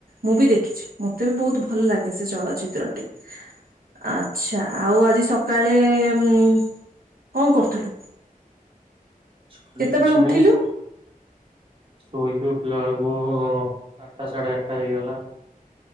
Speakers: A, on the right; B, on the right.
A: ମୁଁ ବି ଦେଖିଛି ମତେ ବି ବୋହୁତ୍ ଭଲ ଲାଗେ ସେ ଚଳଚିତ୍ରଟି। ଆଚ୍ଛା ଆଉ ଆଜି ସକାଳେ କଣ କରୁଥିଲୁ?
B: ସେ
A: କେତେବେଳେ
B: କିଛି
A: ଉଠିଲୁ
B: ନାହି ଶୋଇକି ଉଠିଲା ବେଳକୁ ଆଠଟା ସାଢ଼େ ଆଠଟା ହେଇଗଲା।